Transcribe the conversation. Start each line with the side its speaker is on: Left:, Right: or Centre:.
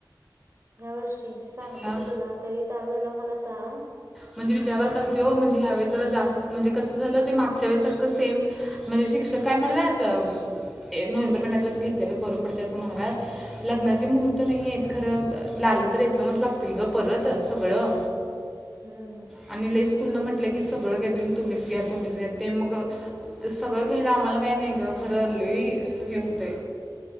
Right: ह्या वर्षी सांगतो
Centre: हां
Right: की तुला तरी चालू झालं मला सांग
Centre: म्हणजे विचाराला तग तो म्हणजे ह्यावेेस जरा जास्त म्हणजे कसं झालं ते मागच्या वेळेसारखं सेम म्हणजे शिक्षक काय म्हणलात नोव्हेंबर महिन्यातच घेतलेलं बरं पडत असं म्हणाल्यात लग्नाचे
Right: हम्म
Centre: मुहूर्त नाही आहेत खरं लागली तर एकदमच लागतील ग परत सगळं.
Right: हम्म, हम्म.
Centre: आणि लई स्कूलन म्हटलं की सगळं गॅदरिंग तुम्हीच घ्या, तुम्हीच घ्या. ते मग तर सगळं घ्यायला आम्हाला काही नाही ग, खरं लई हे हुतय